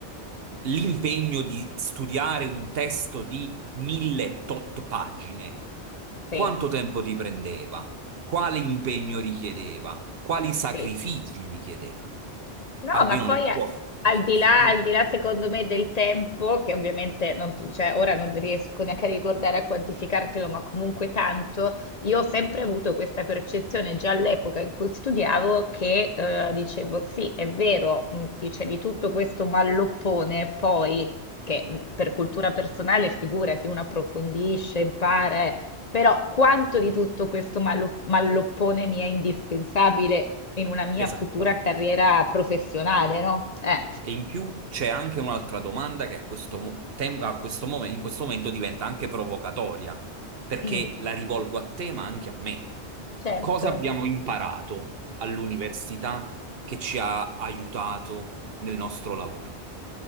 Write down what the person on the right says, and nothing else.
l'impegno di studiare un testo di mille tot pagine, quanto
tempo ti prendeva? Quale impegno richiedeva? Quali sacrifici
richiedeva?
Almeno
nel
tuo.
eh,
mm,
Esattamente.
E in più c'è anche un'altra domanda che a questo, mo- tem- a questo mom- in questo momento diventa anche provocatoria, perché
la rivolgo a te, ma anche a me.
Cosa abbiamo imparato all'università che ci ha aiutato nel nostro lavoro?